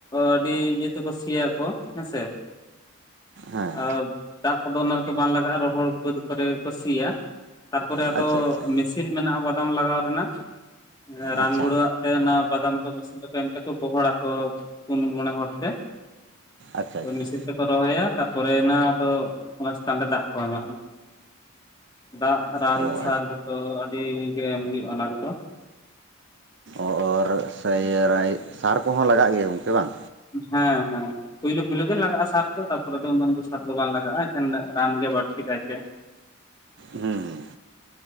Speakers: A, on the left; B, on the right.
A: ᱟᱹᱰᱤ ᱤᱭᱟᱹ ᱛᱮᱠᱚ ᱥᱤᱭᱟᱠᱚ ᱦᱮᱸᱥᱮ ᱾
B: ᱦᱮᱸ
A: ᱟᱨ ᱫᱟᱜ ᱠᱚᱫᱚ ᱚᱱᱟ ᱨᱮᱫᱚ ᱵᱟᱝ ᱞᱟᱜᱟᱜᱼᱟ ᱨᱚᱦᱚᱲ ᱵᱟᱹᱫ ᱠᱚᱨᱮ ᱜᱮᱠᱚ ᱥᱤᱭᱟ ᱾ ᱛᱟᱨᱯᱚᱨᱮ ᱟᱫᱚ
B: ᱟᱪᱪᱷᱟ ᱟᱪᱪᱷᱟ
A: ᱢᱮᱥᱤᱱ ᱢᱮᱱᱟᱜᱼᱟ ᱵᱟᱫᱟᱢ ᱞᱟᱜᱟᱣ ᱨᱮᱱᱟᱜ ᱨᱟᱱᱜᱩᱲᱟᱹᱣᱟᱜ
B: ᱟᱪᱪᱷᱟ
A: ᱾ ᱛᱮ ᱚᱱᱟ ᱵᱟᱫᱟᱢ ᱠᱚ ᱢᱮᱥᱤᱱ ᱛᱮᱠᱚ ᱮᱢᱛᱮ ᱠᱚ ᱜᱚᱦᱚᱲᱟ ᱠᱚ ᱯᱩᱱ ᱢᱚᱬᱮ ᱦᱚᱲ᱾ ᱛᱮ
B: ᱟᱪᱪᱷᱟ ᱟᱪᱪᱷᱟ
A: ᱢᱤᱥᱤᱱ ᱛᱮ ᱠᱚ ᱨᱚᱦᱚᱭᱟ ᱛᱟᱨᱯᱚᱨᱮᱱᱟ ᱟᱫᱚ ᱚᱱᱟ ᱪᱮᱛᱟᱱ ᱨᱮ ᱫᱟᱜ ᱠᱚ ᱮᱢᱟᱜᱼᱟ ᱾ ᱫᱟᱜ ᱨᱟᱱ
B: ᱚ
A: ᱥᱟᱨ ᱡᱚᱛᱚ ᱟᱹᱰᱤ ᱜᱮ ᱮᱢ ᱦᱩᱭᱩᱜᱼᱟ ᱚᱱᱟ ᱠᱚᱫᱚ᱾
B: ᱚᱸ ᱚᱨ ᱥᱟᱹᱭᱟᱨᱟᱭ ᱥᱟᱨ ᱠᱚᱦᱚᱸ ᱞᱟᱜᱟᱜ ᱜᱮᱭᱟ ᱜᱚᱝᱠᱮ ᱵᱟᱝ?
A: ᱦᱮᱸ ᱦᱮᱸ᱾ ᱯᱩᱭᱞᱳ ᱯᱩᱭᱞᱳ ᱜᱮ ᱞᱟᱜᱟᱜᱼᱟ ᱥᱟᱨ ᱫᱚ ᱛᱟᱨᱯᱚᱨ ᱫᱚ ᱩᱱᱟᱹᱜ ᱥᱟᱨ ᱫᱚ ᱵᱟᱝ ᱞᱟᱜᱟᱜᱼᱟ ᱮᱠᱦᱮᱱ ᱨᱟᱱ ᱜᱮ ᱵᱟᱹᱲᱛᱤ ᱠᱟᱭ ᱛᱮ ᱾
B: ᱦᱩᱸᱻ